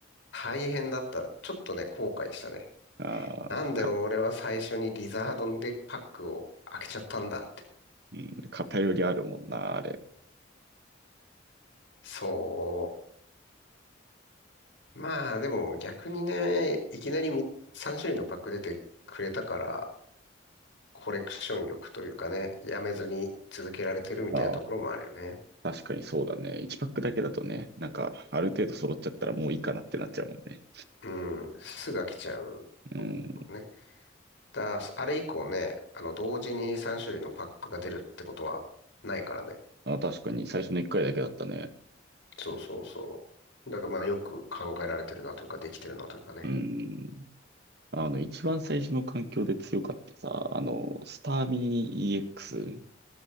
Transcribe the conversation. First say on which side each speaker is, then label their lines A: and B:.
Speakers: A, on the left; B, on the right.
A: 大変だった。ちょっとね、後悔したね。
B: ああ、
A: なんで俺は最初にリザードンデッキパックを開けちゃったんだって。
B: か、うん、偏りあるもんな、あれ。
A: そう。まあ、でも逆にね、いきなりみ3種類のパック出てくれたから、コレクション欲というかね、やめずに続けられてるみたいなところもあるよね。
B: ああ、確かにそうだね。1パックだけだとね、なんか、ある程度揃っちゃったらもういいかなってなっちゃうもんね。
A: そううん、すぐ飽きちゃう。
B: うん。
A: ね。だ、あれ以降ね、あの、同時に3種類のパックが出るってことはないからね。
B: あ、確かに、最初の一回だけだったね。
A: そうそうそう。だからまあ、よく考えられてるなというか、できてるなというかね。
B: うん。あの、一番最初の環境で強かったさ、あの、スターミー EX。